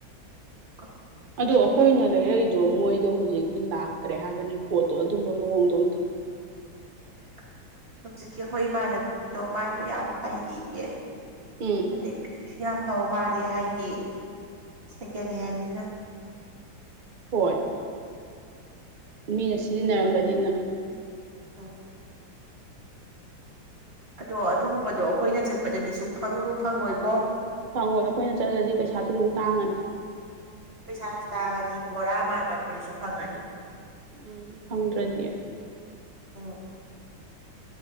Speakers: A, on the right; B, on the right.
A: ꯑꯗꯨꯒꯤ
B: ꯑꯗꯣ ꯑꯩꯈꯣꯏꯅ ꯂꯩꯔꯛꯏꯗꯣ ꯃꯣꯏꯗꯣ ꯍꯧꯖꯤꯛ ꯂꯥꯛꯇ꯭ꯔꯦ ꯍꯥꯏꯕꯅꯦ ꯄꯣꯠꯇꯣ ꯑꯗꯨꯝꯕ ꯃꯑꯣꯡꯗꯣ ꯑꯝꯇ꯫
A: ꯎꯝ ꯍꯧꯖꯤꯛꯀꯤ ꯑꯩꯈꯣꯏ ꯏꯃꯥꯟꯅꯅꯕꯒꯤꯗꯣ ꯃꯥꯏꯗꯣ ꯌꯥꯝ ꯐꯩꯒꯤꯒꯦ꯫
B: ꯎꯝ꯫
A: ꯑꯗꯩ ꯐꯤꯁꯨ ꯌꯥꯝ ꯐꯕ ꯃꯥꯜꯂꯦ ꯍꯥꯏꯗꯤ ꯁꯦꯀꯦꯟ ꯍꯦꯟꯅꯤꯅ꯫
B: ꯍꯣꯏ ꯃꯤꯅ ꯁꯤꯖꯤꯟꯅꯔꯝꯕꯅꯤꯅ꯫
A: ꯎꯝ ꯑꯗꯣ ꯑꯗꯨꯒꯨꯝꯕꯗꯣ ꯑꯩꯈꯣꯏꯅ ꯆꯠꯄꯗꯗꯤ ꯁꯨꯛꯐꯪ ꯐꯪꯉꯣꯏꯀꯣ
B: ꯐꯪꯉꯣꯏ ꯑꯩꯈꯣꯏꯅ ꯆꯠꯂꯗꯤ ꯄꯩꯁꯥꯁꯨ ꯑꯗꯨꯝ ꯇꯥꯡꯉꯅꯤ
A: ꯄꯩꯁꯥꯁꯨ ꯇꯥꯜꯉꯅꯤ ꯕꯣꯔꯥ ꯃꯥꯟꯕ ꯐꯨꯔꯤꯠꯁꯨ ꯐꯪꯉꯅꯤ
B: ꯎꯝ ꯐꯪꯗ꯭ꯔꯗꯤ
A: ꯎꯝ